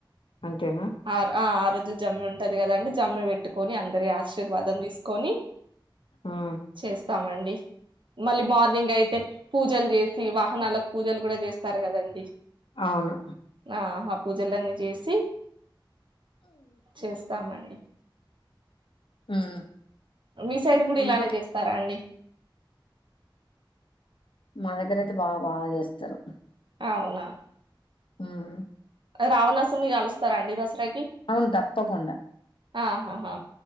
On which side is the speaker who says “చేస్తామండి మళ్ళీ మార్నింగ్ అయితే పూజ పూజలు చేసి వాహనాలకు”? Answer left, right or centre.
Right